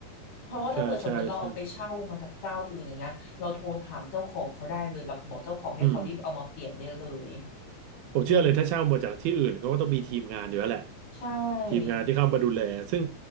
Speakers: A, on the left (about 80°); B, on the right (about 85°).
A: เพราะว่าถ้าเปิดสมมติเราเอาไปเช่ามาจากเจ้าอื่นอย่างเงี้ยเราโทรถามเจ้าของเขาได้เลยแบบบอกเจ้าของให้เขารีบเอามาเปลี่ยนได้เลย
B: ใช่ใช่ใช่อืมผมเชื่อเลยถ้าเช่ามาจากที่อื่นเขาก็ต้องมีทีมงานอยู่แล้วแหละ
A: อืมใช่
B: ทีมงานที่เข้ามาดูแลซึ่ง